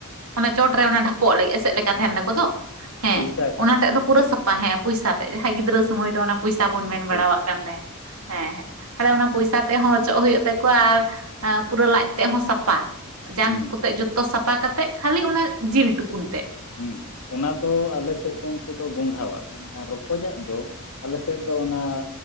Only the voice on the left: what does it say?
ᱦᱩᱸ
ᱦᱩᱸ
ᱦᱩᱸ
ᱦᱩᱸ
ᱦᱩᱸ
ᱯᱚᱭᱥᱟ
ᱠᱚ ᱢᱮᱛᱟᱜᱼᱟ
ᱟᱞᱮ
ᱥᱮᱫ
ᱦᱩᱸ
ᱯᱚᱭᱥᱟ
ᱦᱩᱸ
ᱦᱩᱸ ᱚᱱᱟ ᱫᱚ ᱟᱞᱮ ᱥᱮᱫ ᱫᱚ ᱩᱱᱠᱩ ᱫᱚ ᱜᱚᱸᱜᱷᱟᱟᱜ ᱢᱮᱱᱠᱷᱟᱱ ᱨᱚᱠᱚᱡᱟᱜ ᱫᱚ ᱟᱞᱮ ᱥᱮᱫ ᱫᱚ ᱚᱱᱟ